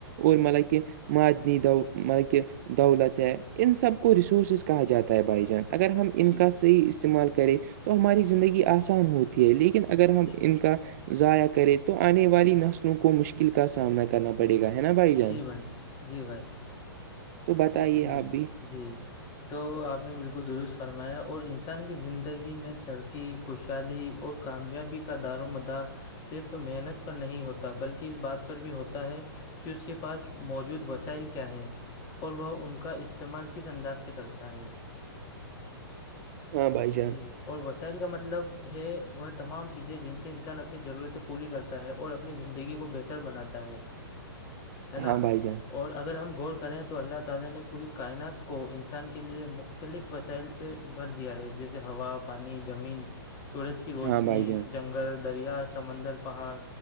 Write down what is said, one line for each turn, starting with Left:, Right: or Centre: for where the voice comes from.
Right: اور مطلب کہ معدنی م کہ دولت ہے ان سب کو ریسورسز کہا جاتا ہے بھائی جان <inaudible> اگر ہم ان
Left: جی
Right: کا صحیح استعمال کریں تو ہماری زندگی آسان ہوتی ہے لیکن اگر ہم
Left: جی
Right: ان کا ضائع کریں تو آنے والی نسلوں کو مشکل کا سامنا کرنا پڑ پڑے گا ہے نا بھائی جان
Left: جی جی بھائی
Right: تو بتائیے
Left: جی
Right: آپ بھی
Left: جی تو آپ نے بالکل درست فرمایا اور انسان کی زندگی میں ترقی خوشحالی اور کامیابی کا دار مدار صرف محنت پر نہیں ہوتا بلکہ اس بات پر بھی ہوتا ہے کہ اس کے پاس موجود وسائل کیا ہیں اور وہ ان کا استعمال کس انداز سے کرتا ہے
Right: ہاں بھائی جان
Left: جے اور وسائل کا مطلب ہے وہ تمام چیزیں جن سے انسان اپنی ضرورتیں پوری کر تا ہے اور اپنی زندگی کو بہتر بناتا ہے ہے نا
Right: ہاں بھائی جان
Left: اور اگر ہم غور کریں تو اللہ الا نے پوری کائنات کو انسان کے لیے مختلف وسائل سے بھر دیا ہے جیسے ہوا- پانی زمین سورج کی روشنی
Right: ہاں بھائی جان
Left: جنگل دریا سمندر پہاڑ